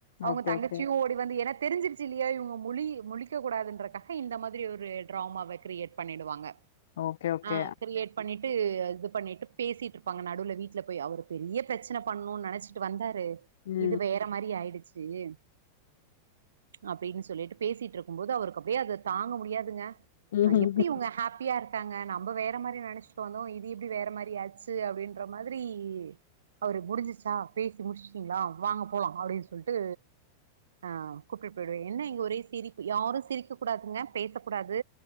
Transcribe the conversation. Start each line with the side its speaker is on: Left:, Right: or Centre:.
Right: அவுங்க
Left: ஓகே,
Right: தங்கச்சியு
Left: ஓகே.
Right: ஓடி வந்து என தெரிஞ்சிருச்சு இல்லையா இவுங்க முழி முழிக்கக் கூடாதுன்றக்காக இந்த மாரி ஒரு டிராமாவ கிரியேட் பண்ணிடுவாங்க
Left: ஓகே, ஓகே.
Right: ஆஹ் கிரியேட் பண்ணிட் இது பண்ணிட்டு பேசிட்டு இருப்பாங்க நடுல வீட்ல போய் அவர் பெரிய பிரச்சன பண்ணனும் நினைச்சிட்டு வந்த
Left: ம்.
Right: இது வேற மாதிரி ஆயிடுச்சு சே அப்படின்னு சொல்லிட்டு பேசிட்டு இருக்கும் போது அவருக்கு அப்படியே அத தாங்க முடியாதுங்க
Left: ம்ஹ்ம்.
Right: எப்படி இங்க ஹாப்பியா இருக்கு தாங்க நம்ம வேற மாதிரி நினைச்சிட்டு வந்தோம் இது எப்படி வேற மாதிரி ஆச்சு அப்படின்ற மாதிரி அவரு முடிஞ்சிச்சா பேசி முடிச்சிடிங்களா வாங்க போலாம் அப்படின்னு சொல்லிட்டு அஹ் கூப்பிட்டு போயிடுவேன் என்ன இங்க ஒரே சிரிப்பு யாரும் சிரிக்கக் கூடாதுங்க பேசக் கூடாது